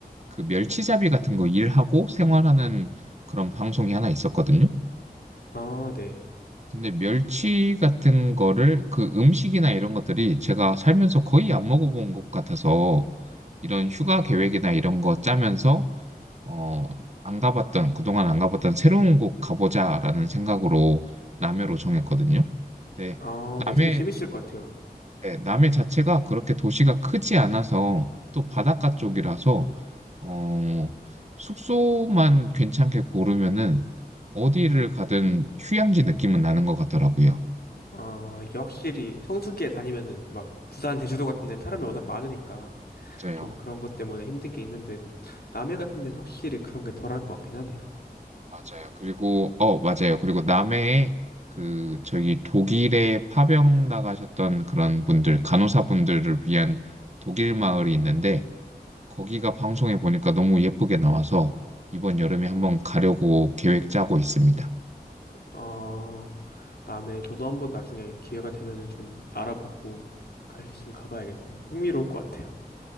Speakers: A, on the right; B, on the left.
A: 그 멸치잡이 같은 거 일하고 생활하는 그런 방송이 하나 있었거든요.
B: 아, 네.
A: 근데 멸치 같은 거를 그 음식이나 이런 것들이 제가 살면서 거의 안 먹어본 것 같아서 이런 휴가 계획이나 이런 거 짜면서 어, 안 가봤던, 그동안 안 가봤던 새로운 곳 가보자라는 생각으로 남해로 정했거든요. 근데
B: 아, 네.
A: 남해,
B: 되게 재밌을 것 같아요.
A: 네, 남해 자체가 그렇게 도시가 크지 않아서 또 바닷가 쪽이라서 어, 숙소만 괜찮게 고르면은 어디를 가든 휴양지 느낌은 나는 것 같더라고요.
B: 아, 이게 확실히 성수기에 다니면은 막 부산, 제주도 같은 데는 사람이 워낙 많으니까
A: 맞아요.
B: 좀 그런 것 때문에 힘든 게 있는데 남해 같은 데는 확실히 그런 게 덜할 것 같긴 하네요.
A: 맞아요. 그리고, 어, 맞아요. 그리고 남해에 그, 저기 독일에 파병 나가셨던 그런 분들, 간호사분들을 위한 독일 마을이 있는데, 거기가 방송에 보니까 너무 예쁘게 나와서 이번 여름에 한번 가려고 계획 짜고 있습니다.
B: 아, 남해 저도 한번 나중에 기회가 되면은 좀 알아보고 갈 수 있으면 가봐야겠네요. 흥미로울 것 같아요.